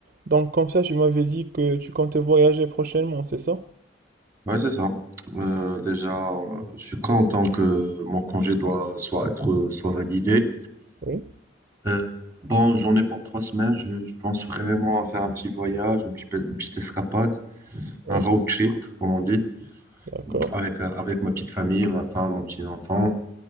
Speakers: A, on the right (about 50°); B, on the right (about 15°).
A: Donc comme ça, tu m'avais dit que tu comptais voyager prochainement, c'est ça?
B: Ouais, c'est ça. Euh, déjà, je suis content que mon congé doit soit être soit validé.
A: Oui.
B: Euh, bon, j'en ai pour trois semaines. Je, je pense vraiment à faire un petit voyage, une petite, une petite escapade,
A: Oui,
B: un road trip, comme on dit,
A: d'accord,
B: avec euh, avec ma petite famille, ma femme, mon petit enfant.